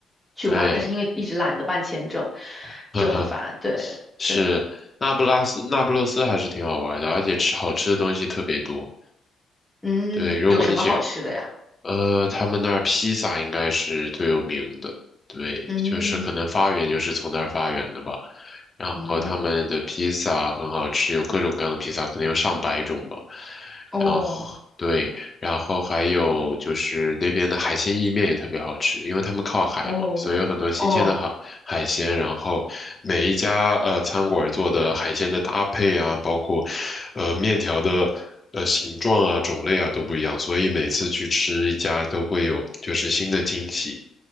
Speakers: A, in the centre; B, on the left.
A: 去玩，
B: 对，
A: 但是因为一直懒得办签证，
B: <laughs> 呵呵，
A: 就很烦。对对，
B: 是那不拉斯，那不勒斯还是挺好玩的，而且吃好吃的东西特别多。
A: 嗯，
B: 对，如果你喜
A: 有什么好吃的呀？
B: 呃，他们那儿披萨应该是最有名的，对，
A: 嗯
B: 就是可能发源就是从那儿发源的吧。然后他们的披萨很好吃，
A: 嗯。
B: 有各种各样的披萨，可能有上百种吧。
A: 哦
B: 然后对，然后还有就是那边的海鲜意面也特别好吃，因为他们靠海嘛，
A: 哦哦
B: 所以有很多新鲜的海海鲜。然后每一家呃餐馆做的海鲜的搭配啊，包括呃面条的呃形状啊、种类啊都不一样，所以每次去吃一家都会有就是新的惊喜。